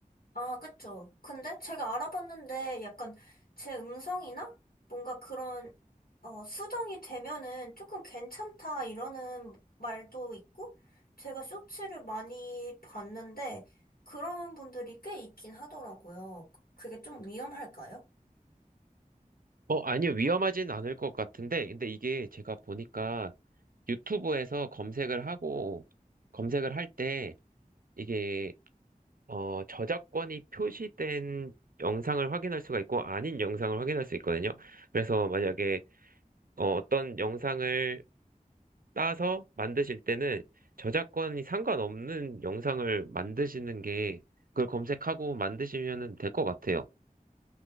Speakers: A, on the left; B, on the right.
A: 아, 그쵸. 근데 제가 알아봤는데 약간 제 음성이나 뭔가 그런, 어, 수정이 되면은 조금 괜찮다 이러는 말도 있고, 제가 쇼츠를 많이 봤는데 그런 분들이 꽤 있긴 하더라고요. 그게 좀 위험할까요?
B: 어, 아니요. 위험하진 않을 것 같은데, 근데 이게 제가 보니까 유튜브에서 검색을 하고, 검색을 할 때, 이게, 어, 저작권이 표시된 영상을 확인할 수가 있고, 아닌 영상을 확인할 수 있거든요. 그래서 만약에, 어, 어떤 영상을 따서 만드실 때는 저작권이 상관없는 영상을 만드시는 게, 그걸 검색하고 만드시면 될 것 같아요.